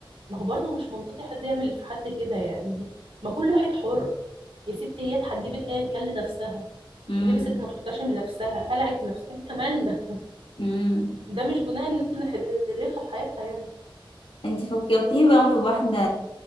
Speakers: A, on the right; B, on the left.
A: ما هو برضه مش منطقي حد يعمل في حد كده يعني ما كل واحد حر يا ستي هي اتحجبت ايا كان لنفسها
B: مم.
A: لبست محتشم لنفسها قلعت لنفسها احنا مالنا
B: مم.
A: ده مش بناء ان انت نخلفها في حياتها يعني
B: انتي فكرتيني برضه بواحدة